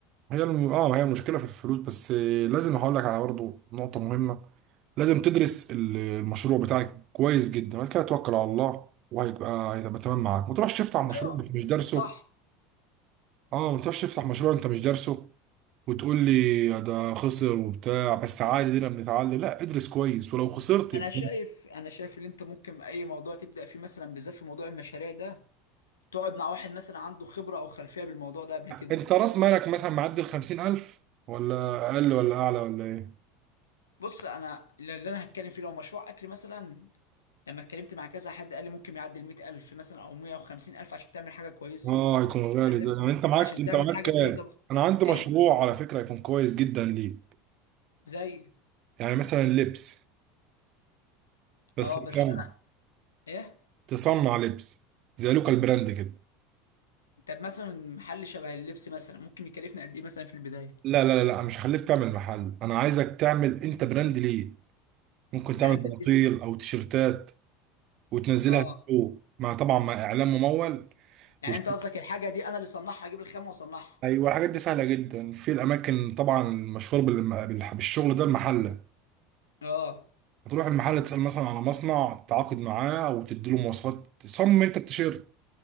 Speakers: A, on the right; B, on the left.
A: هي الم... اه هي المشكله في الفلوس بس آه، لازم هقول لك على برضه نقطه مهمه لازم تدرس ال- المشروع بتاعك كويس جدا بعد كده توكل على الله وهيبقى هيبقى تمام معاك ما تروحش تفتح مشروع
B: ايوه
A: انت مش دارسه
B: صح
A: اه ما تقدرش تفتح مشروع انت مش دارسه وتقول لي ده خسر وبتاع بس عادي دينا بنتعلم لا ادرس كويس ولو خسرت
B: انا
A: يبقى
B: شايف انا شايف ان انت ممكن اي موضوع تبدأ فيه مثلا بالذات في موضوع المشاريع ده تقعد مع واحد مثلا عنده خبرة او خلفية بالموضوع ده قبل كده
A: انت راس مالك مثلا معدي ال 50000 ولا اقل ولا اعلى ولا ايه
B: بص انا اللي انا هتكلم فيه لو مشروع اكل مثلا لما اتكلمت مع كذا حد قال لي ممكن يعدي ال 100000 مثلا او 150000 عشان تعمل حاجة كويسة
A: اه هيكون غالي
B: لازم
A: ده يعني انت معاك
B: عشان
A: انت
B: تعمل
A: معاك
B: حاجة
A: كام
B: كويسة ب-
A: انا عندي
B: ايه
A: مشروع على فكرة هيكون كويس جدا ليك
B: زي
A: يعني مثلا لبس بس
B: اه
A: تفهم
B: بس انا ايه
A: تصنع لبس زي لوكال براند كده
B: طب مثلا محل شبه اللبس مثلا ممكن يكلفني قد ايه مثلا في البدايه
A: لا لا لا لا، مش هخليك تعمل محل انا عايزك تعمل انت براند ليه ممكن
B: براند
A: تعمل بناطيل
B: الاسم
A: او تيشرتات وتنزلها
B: اه
A: ستور مع طبعا مع اعلان ممول
B: يعني
A: وش...
B: انت قصدك الحاجه دي انا اللي صنعها اجيب الخامه واصنعها
A: ايوه الحاجات دي سهله جدا في الاماكن طبعا مشهور بال... بال... بالشغل ده المحله
B: اه
A: هتروح المحل تسال مثلا على مصنع تعاقد معاه وتدي له مواصفات صمم انت التيشيرت